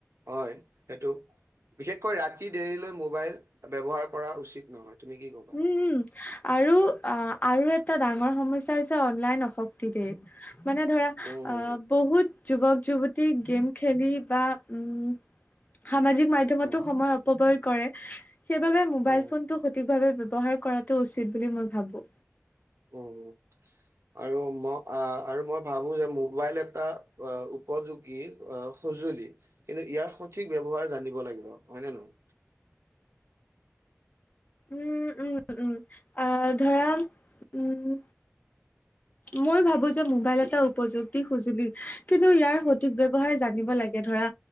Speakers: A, on the right (about 70°); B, on the left (about 35°).
A: হয় সেইটো। বিশেষকৈ ৰাতি দেৰিলৈ মোবাইল ব্যৱহাৰ কৰা উচিত নহয়। তুমি কি ক'বা?
B: উম, উম। আৰু, আ, আৰু এটা ডাঙৰ সমস্যা হৈছে, অনলাইন অশক্তি দে মানে ধৰা
A: উম হুম
B: অ', বহুত যুৱক, যুৱতী গেম খেলি বা উম, সামাজিক মাধ্যমতো
A: হুম
B: সময় অপবয় কৰে, সেইবাবে মোবাইল
A: উম
B: ফোনটো
A: উম
B: সঠিকভাবে ব্যৱহাৰ কৰাটো উচিত বুলি মই ভাবোঁ।
A: উম উম। আৰু ম-আ, আৰু মই ভাবোঁ যে, মোবাইল এটা অ', উপযোগী অ', সজু লি, কিন্তু ইয়াৰ সঠিক ব্যৱহাৰ জানিব লাগিব হয়নে, নহয়?
B: উম, উম, উম, আ, ধৰা উম। মই ভাবোঁ যে, মোবাইল এটা উপযুক্তি সঁজুলি, কিন্তু ইয়াৰ সঠিক ব্যৱহাৰ জানিব লাগে। ধৰা